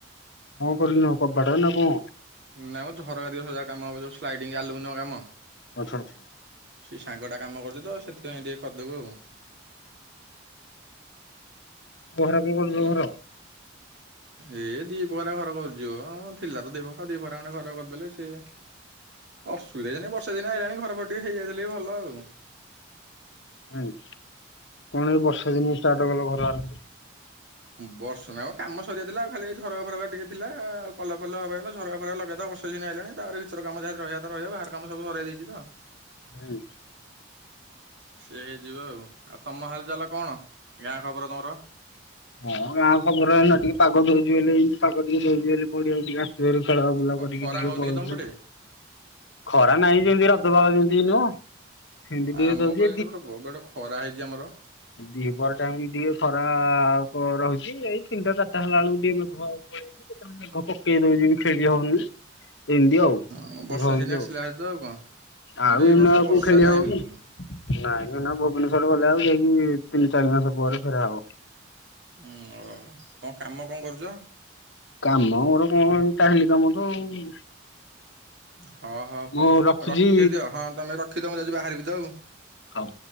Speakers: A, on the left; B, on the right.
A: ହଁ କରିକି ନବ କବାଟ ନାଁ କଣ?
B: ନାଇଁମ ଝରକା ଦିହଜାର କାମ ହବ ଯୋଉ ସ୍ଲାଇଡିଙ୍ଗ ଆଲୁମିନିୟମ କାମ।
A: ଆଚ୍ଛା ଆଚ୍ଛା।
B: ସେଇ ସାଙ୍ଗଟା କାମ କରୁଛି ତ ସେଥିପାଇଁ ଟିକେ କରିଦେବୁ ଆଉ।
A: ଗୁହାରେ କଣ କରୁଛ ଘର।
B: ଏ ଦି ବଖରା ଘର କରୁଛି ମ ଥିଲା ତ ଦି ବଖରା ଦି ବଖରା ଖଣ୍ଡେ ଘର କରିଦେଲେ ସିଏ ଅସୁବିଧା କିଛି ନାହିଁ। ବର୍ଷା ଦିନ ଆଇଲାଣୀ। ଘର ପଟେ ଟିକେ ହେଇଯାଇଥିଲେ ବି ଭଲ ଆଉ।
A: ଆଇଁ କଣ ଏଇ ବର୍ଷା ଦିନେ ଷ୍ଟାର୍ଟ କଲ ଘର ବାର ଆରମ୍ଭ?
B: ବର୍ଷା ନାହିଁ ମ କାମ ସରିିବା ଥିଲା। ଆଉ ଖାଲି ଝରକା ଫରକା ଟିକେ ଥିଲା। ଆଉ କଲର ଫଲର ହବା କଥା ଝରକା ଫରକା ଲଗେଇଦବା। ଶୀତ ଦିନ ଆଇଲାଣି। ତାପରେ ଭିତରେ କାମ ଯାହା ରହିବା କଥା ରହିବ। ବାହାର କାମ ସବୁ ସରେଇ ଦେଇଛି ତ।
A: ହୁଁ।
B: ସେ ହେଇଯିବ ଆଉ। ଆଉ ତମ ହାଲ ଚାଲ କଣ? ଗାଁ ଖବର ତମର?
A: ହଁ ଗାଁ ଖବର ଏଇନା ଟିକେ ପାଗ ଦଉଛି ବେଲେ ଏମିତି ପାଗ ଟିକେ ଦଉଛି ବେଲେ ପଡିଆକୁ ଟିକେ ରୁ ଖେଳା ବୁଲା
B: କଣ
A: କରିକି
B: ଖରା
A: ଟିକେ
B: ହଉନି
A: ପଳଉଛୁ।
B: କି ତମ ପଟେ
A: ଖରା ନାହିଁ ଯେମିତି ରଜ ପାଗ ଯେମତି ନୁହଁ ସେମିତି ଟିକେ
B: ଆମ
A: ଦଉଛି
B: ବେଳେ କିନ୍ତୁ ପୁରା ଏପଟେ ବହୁତ ଗୋଟେ ଖରା ହେଇଛି ଆମର।
A: ଦି ପହର ଟାଇମ ବି ଟିକେ ଖରା କ ରହୁଛି। ଏଇ ତିନିଟା ଚାରିଟା ହେଲା ବେଳକୁ ଟିକେ ମେଘ ପଳେଇ ଆଉଛି। କେତେବେଳେ ମେଘ ପକେଇ ଦଉଛି ବି ଖେଳି ହଉନି। ଏମିତି ଆଉ
B: ହୁଁ ବର୍ଷା
A: ରହୁଛି
B: ଦିନ ଆସିଲା
A: ଆଉ।
B: ହାରି ତ ଆଉ କଣ? କିନ୍ତୁ
A: ଆଉ
B: ଏଇ
A: ଏଇନେ
B: ବର୍ଷ
A: ଆଉ
B: ବର୍ଷା
A: କୋଉ ଖେଳିହବ
B: ନାହିଁ ବିଲକୁଲ
A: କି?
B: ଉଁ
A: ନାଇଁ ଏଇନା ଭୁବନେଶ୍ଵର ଗଲେ ଆଉ ଯାଇକି ତିନି ଚାରି ମାସ ପରେ ଫେରା ହବ।
B: ଉଁ ଓହୋ। କଣ କାମ କଣ କରୁଛ?
A: କାମ ମୋର କଣ ଏ ଟାଇଲି କାମ ତ ଆଉ।
B: ହଁ ହଉ ହ
A: ମୁଁ ରଖୁଛି।
B: ରଖିଦିଅ। ହଁ ତମେ ରଖିଦିଅ। ମୁଁ ଯାଉଛି ବାହାରିବି ତ ଆଉ।
A: ହଉ।